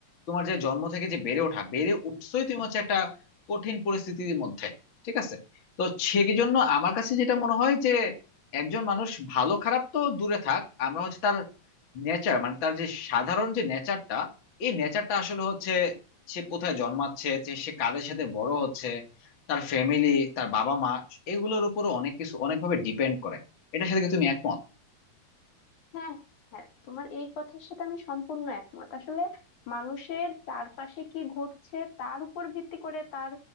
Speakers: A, on the left (about 35°); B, on the left (about 50°).
A: তোমার যে জন্ম থেকে যে বেড়ে ওঠা বেড়ে উঠছোই তুমি হচ্ছে একটা কঠিন পরিস্থিতির মধ্যে ঠিক আছে তো সেই জন্য আমার কাছে যেটা মনে হয় যে একজন মানুষ ভালো খারাপ তো দূরে থাক আমরা হচ্ছে তার নেচার মানে তার যে সাধারণ যে নেচারটা এই নেচারটা আসলে হচ্ছে সে কোথায় জন্মাচ্ছে যে সে কাদের সাথে বড় হচ্ছে তার ফ্যামিলি তার বাবা মা এগুলোর উপরও অনেক কিছু অনেকভাবে ডিপেন্ড করে এটার সাথে কি তুমি একমত
B: হ্যাঁ হ্যাঁ তোমার এই কথার সাথে আমি সম্পূর্ণ একমত আসলে মানুষের চারপাশে কি ঘটছে তার উপর ভিত্তি করে তার